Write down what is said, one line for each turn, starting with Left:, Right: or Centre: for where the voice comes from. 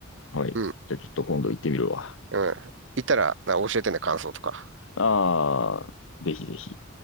Left: はい。
Right: うん。
Left: じゃあちょっと今度行ってみるわ。
Right: うん。行ったら、な教えてね、感想とか。
Left: ああ、ぜひぜひ。